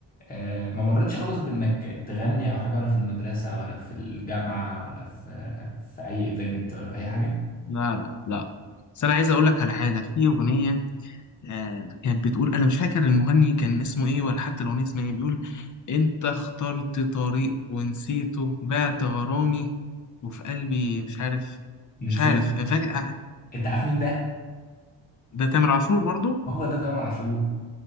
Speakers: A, on the left; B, on the left.
A: أه ما مرتش خالص بانك تغني او حاجه ولا في المدرسه ولا في الجامعه ولا في في اي ايفنت ولا في اي حاجه
B: لا لا لا بس أنا عايز أقول لك على حاجة في أغنية آه كانت بتقول أنا مش فاكر المغني كان اسمه إيه ولا حتى الأغنية اسمها إيه بيقول أنت اخترت طريق ونسيته بعت غرامي وفي قلبي مش عارف مش
A: نسيت
B: عارف أنا فاكر آه،
A: انت عارف مين ده
B: ده تامر عاشور برضو
A: هو ده تامر عاشور